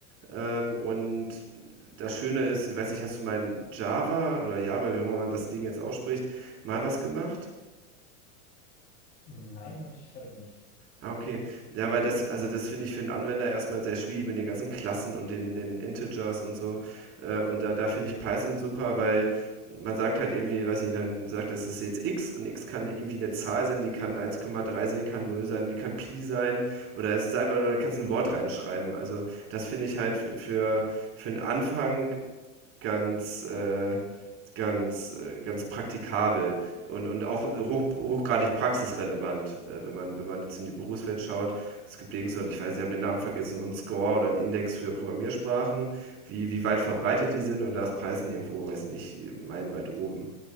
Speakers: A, on the right (about 30°); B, on the left (about 25°).
A: Ähm, und das Schöne ist, ich weiß nicht, hast du mal in Java oder Java, wie auch immer man das Ding jetzt ausspricht, mal was gemacht?
B: Nein, habe ich, habe ich nicht.
A: Ah, okay. Ja, weil das also, das finde ich für einen Anwender erstmal sehr schwierig mit den ganzen Klassen und den den Integers und so. Äh, und da da finde ich Python super, weil man sagt halt irgendwie weiß nicht, dann sagt das ist jetzt X und X kann irgendwie eine Zahl sein, die kann 1,3 sein, die kann null sein, die kann Pi sein oder es ist einfach oder du kannst ein Wort reinschreiben. Also, das finde ich halt f für für einen Anfang ganz, äh, ganz, äh, ganz praktikabel und, und auch hoch, hochgradig praxisrelevant, äh, wenn, man, wenn man jetzt in die Berufswelt schaut. Es gibt irgend so, ich weiß, ich habe den Namen vergessen, so einen Score oder einen Index für Programmiersprachen, wie, wie weit verbreitet die sind und da ist Python irgendwo, weiß ich nicht, meilenweit oben.